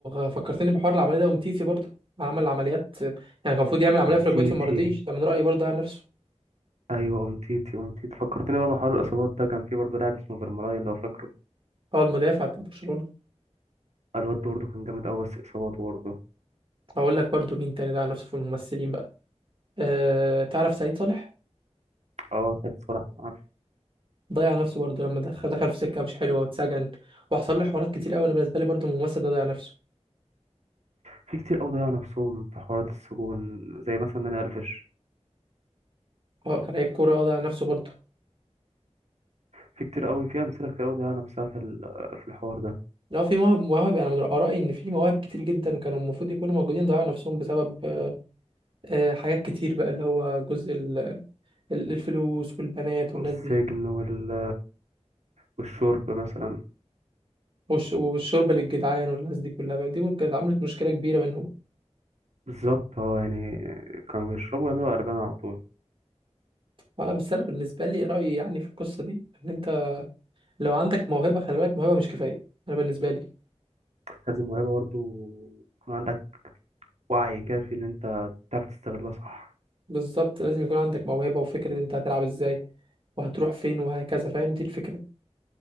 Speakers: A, on the right; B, on the right.
A: وفكرتني بحوار العمليه ده ومتيتي برضه عمل عمليات يعني كان المفروض يعمل عمليه
B: أونتيتي
A: في ركبته وما رضيش ده من رايي برضه على نفسه
B: أيوة أونتيتي أونتيتي فكرتني بقى بحوار الإصابات ده كان في برضه لاعب اسمه فيرمالاين لو فاكره
A: هو المدافع بتاع برشلونه
B: الواد ده برضه كان جامد أوي بس إصاباته برضه
A: هقول لك برضه مين تاني ده على نفسه في الممثلين بقى أه تعرف سعيد صالح
B: أه ساعة صلاح كان عارف
A: ضيع نفسه برضه لما دخل دخل في سكه مش حلوه واتسجن وحصل له حوارات كتير قوي انا بالنسبه لي برضه الممثل ده ضيع نفسه
B: في كتير أوي ضيعوا نفسهم في حوارات السجون زي مثلا داني ألفيش
A: هو كان لعيب كوره اه ضيع نفسه برضه
B: في كتير أوي في أمثلة كتير أوي ضيعوا نفسها في ال- في الحوار ده
A: لو في مواهب مواهب انا من رايي ان في مواهب كتير جدا كانوا المفروض يكونوا موجودين ضيعوا نفسهم بسبب أه آه، حاجات كتير بقى اللي هو جزء ال- ال- الفلوس والبنات والناس
B: والسجن
A: دي
B: وال- والشرب مثلا
A: والش- والشوربه للجدعان والناس دي كلها فاهم؟ دي ممكن كانت عملت مشكله كبيره بينهم
B: بالظبط اه يعني كانوا بيشربوا ويعملوا قلبان على طول
A: آه، بس انا بالنسبه لي رايي يعني في القصه دي ان انت لو عندك موهبه خلي بالك موهبه مش كفايه انا بالنسبه لي
B: لازم موهبة برضه يكون عندك وعي كافي إن أنت تعرف تستغلها صح
A: بالظبط لازم يكون عندك موهبه وفكره انت هتلعب ازاي وهتروح فين وهكذا فاهم دي الفكره